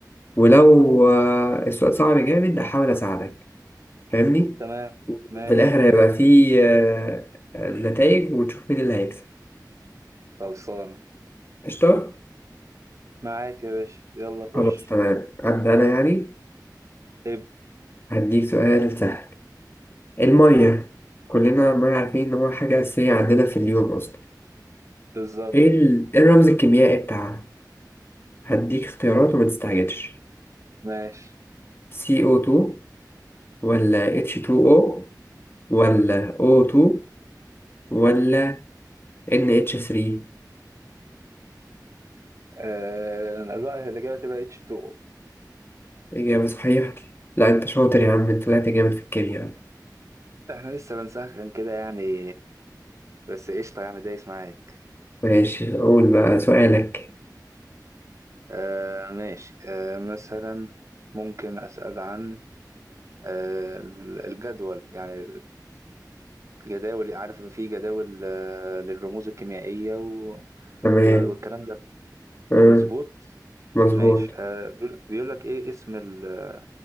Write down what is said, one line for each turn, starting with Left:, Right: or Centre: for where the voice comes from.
Left: ولو آه السؤال صعب جامد أحاول أساعدك فاهمني؟
Right: تمام
Left: وفي
Right: ماشي
Left: الآخر هيبقى
Right: حلو
Left: فيه آه نتائج ونشوف مين اللي هيكسب
Right: خلصان
Left: قشطة؟
Right: معاك يا باشا يلا خش
Left: خلاص تمام أبدأ أنا يعني
Right: ابدأ
Left: هديك سؤال سهل المية كلنا ما عارفين إن هو حاجة أساسية عندنا في اليوم أصلا
Right: بالظبط
Left: إيه ال- إيه الرمز الكيميائي بتاعها؟ هديك اختيارات وما تستعجلش
Right: ماشي
Left: CO2 ولا H2O ولا O2 ولا NH3
Right: آه الوقت الإجابة تبقى اتش 2 او
Left: إجابة صحيحة لا أنت شاطر يا عم أنت طلعت جامد في الكيمياء
Right: احنا لسه بنسخن كده يعني بس قشطة يعني دايس معاك
Left: ماشي قول بقى سؤالك
Right: آه ماشي آه مثلا ممكن أسأل عن آه، الجدول يعني الجداول عارف في جداول آه، للرموز الكيميائية و...
Left: تمام
Right: و- والكلام ده
Left: أه
Right: مظبوط
Left: مظبوط
Right: ماشي آه، بيقول بيقول لك ايه اسم ال-